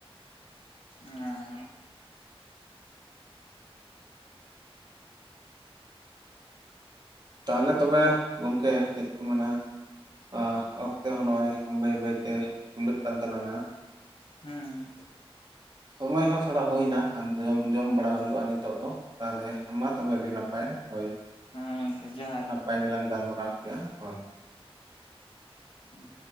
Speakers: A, on the left; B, on the right.
A: ᱦᱮᱸ ᱦᱮᱸ
B: ᱛᱟᱞᱦᱮ ᱛᱚᱵᱮ ᱜᱚᱝᱠᱮ ᱪᱮᱫ ᱠᱚ ᱢᱮᱱᱟ? ᱟ ᱚᱠᱛᱮ ᱦᱚᱸ ᱱᱚᱜᱼᱚᱭ ᱵᱟᱹᱭ ᱵᱟᱹᱭᱛᱮ ᱠᱷᱩᱞᱟᱹᱜ ᱠᱟᱱ ᱛᱟᱞᱟᱝᱼᱟ
A: ᱦᱮᱸ
B: ᱥᱚᱢᱚᱭ ᱦᱚᱸ ᱛᱷᱚᱲᱟ ᱦᱳᱭ ᱮᱱᱟ ᱡᱚᱢ ᱚᱱᱟ ᱛᱟᱭᱚᱢ ᱵᱟᱲᱟ ᱦᱳᱭᱳᱜᱼᱟ ᱱᱤᱛᱚᱜ ᱫᱚ ᱛᱟᱦᱚᱞᱮ ᱢᱟ ᱛᱚᱵᱮ ᱟᱹᱰᱤ ᱱᱟᱯᱟᱭ ᱦᱳᱭ
A: ᱦᱩᱸ ᱜᱚᱝᱠᱮ ᱡᱚᱦᱟᱨ
B: ᱱᱟᱯᱟᱭ ᱜᱮᱞᱟᱝ ᱜᱟᱞᱢᱟᱨᱟᱣ ᱠᱮᱫᱼᱟ ᱦᱳᱭ᱾
A: ᱦᱩᱸ